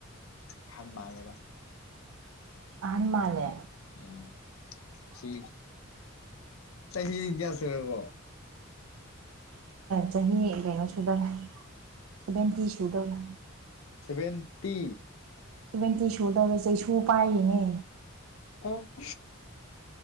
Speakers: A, on the left (about 80°); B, on the right (about 80°).
A: ꯍꯥꯟ ꯃꯥꯜꯂꯦꯕ
B: ꯑꯍꯟ ꯃꯥꯂꯦ
A: ꯑꯣ ꯁꯤ ꯍ ꯀꯁꯨꯔꯕꯣ
B: ꯆꯍꯤ ꯀꯩꯅꯣ ꯁꯨꯗꯧꯔꯦ ꯁꯚꯦꯟꯇꯤ ꯁꯨꯗꯧꯔꯦ
A: ꯁꯚꯦꯟꯇꯤ
B: ꯁꯚꯦꯟꯇꯤ ꯁꯨ ꯇꯧꯔꯁꯦ ꯁꯨ ꯄꯥꯏꯌꯦꯅꯦ
A: ꯑꯣ